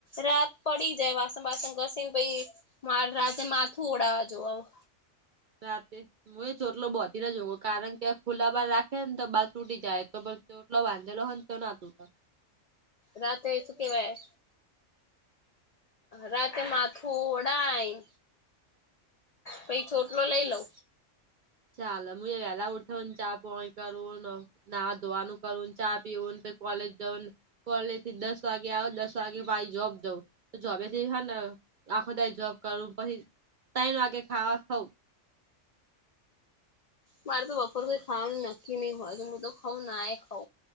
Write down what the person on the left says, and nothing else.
રાત પડી જાય વાસણ વાસણ ઘસીને પછી. મારે રાતેે માથું ઓડાવવા જોવા આવ
રાતે એ તો શું કેવાય રાતે માથું ઓડાય પછ છોટલો લઈ લઉ
મારે તો બપોરરે કો ખાવાનું નક્કી નહી હોય તો હું તો ખઉ ના એ ખઉ